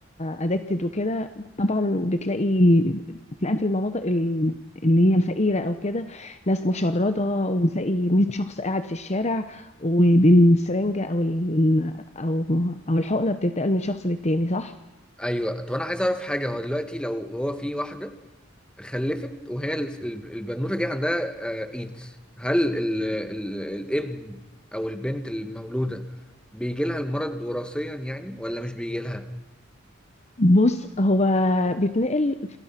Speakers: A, on the left; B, in the centre.
A: ادكتد وكده طبعا بتلاقي بتلاقي في المناطق ال- اللي هي الفقيرة او كده ناس مشردة وتلاقي 100 شخص قاعد في الشارع وبالسرنجة او ال- او او الحقنة بتنتقل من شخص للتاني صح؟
B: ايوه طب انا عايز اعرف حاجه هو دلوقتي لو هو في واحده خلفت وهي ال- ال- البنوتة دي عندها آه، ايدز هل ال- ال- الابن او البنت المولودة بيجي لها المرض وراثيا يعني ولا مش بيجي لها
A: بص هو بيتنقل